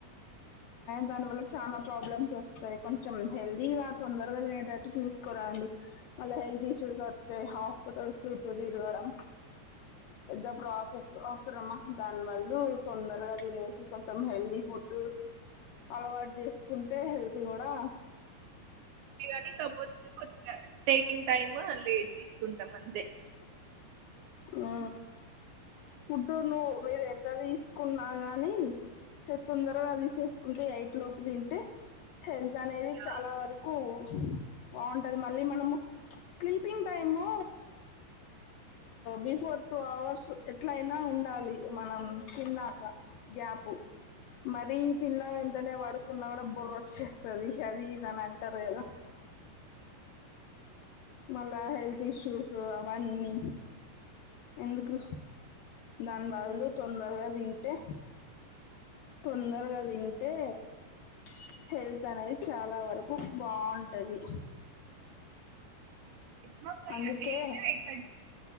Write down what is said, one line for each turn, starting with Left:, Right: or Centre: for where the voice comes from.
Left: దాని వల్ల చాలా ప్రాబ్లమ్స్ వస్తాయి కొంచెం హెల్దీగా తొందరగా దినేటట్టు చూసుకోరాండి మళ్ళ హెల్త్ ఇష్యూస్ వస్తా హాస్పిటల్స్ చుట్టూ తిరగడం పెద్ద ప్రాసెస్ అవసరమా దానివల్ల తొందరగా తినేసి కొంచెం హెల్దీ ఫుడ్ అలవాటు చేసుకుంటే హెల్త్ గూడా
Right: కాని కాకపోతే కొద్దిగా టేకింగ్ టైమ్ లేట్ దీసుకుంటాం అంతే
Left: ఆ ఫుడ్డు నువ్వు మీరు ఎంత దీసుకున్నా గాని తొందరగా తీసేసుకుంటే ఎయిట్ లోపు తింటే హెల్త్ త్ అనేది
Right: ఇగ
Left: చాలా వరకు బాగుంటది మళ్ళీ మనము sleeping time before two hours ఎట్లయినా ఉండాలి మనం తిన్నాక గ్యాప్ మరీ తిన్నా వెంటనే పడుకున్నా కూడా బొర్ర వచ్చేస్తుంది అది ఇదని అంటారు కదా మళ్ళా హెల్త్ ఇష్యూస్ పన్ని ఎందుకు దాని బాదులు తొందరగా తింటే తొందరగా తింటే స హెల్తనేది చాలా వరకు క్కు బాగుంటది
Right: మాక్సిమం
Left: అందుకే
Right: ఎయిట్ ఎయిట్ అర్